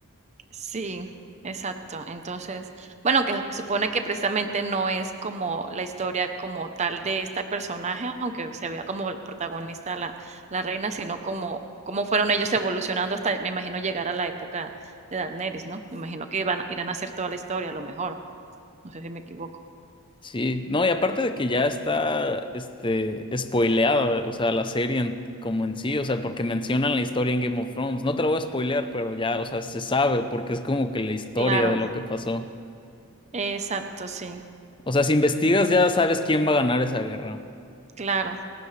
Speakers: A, on the right; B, on the left.
A: Sí, exacto. Entonces, bueno, que se supone que precisamente no es como la historia como tal de este personaje, aunque se vea como el protagonista la, la reina, sino como cómo fueron ellos evolucionando hasta, me imagino, llegar a la época de Daenerys, ¿no? Me imagino que iban, irán a hacer toda la historia, a lo mejor. No sé si me equivoco.
B: Sí, no, y aparte de que ya está, este, spoileada, o sea, la serie en- como en sí, o sea, porque mencionan la historia en Game of Thrones. No te la voy a spoilear, pero ya, o sea, se sabe porque es como que la historia
A: Claro,
B: de lo que pasó.
A: exacto, sí.
B: O sea, si investigas
A: Sí, sí.
B: ya sabes quién va a ganar esa guerra.
A: Claro,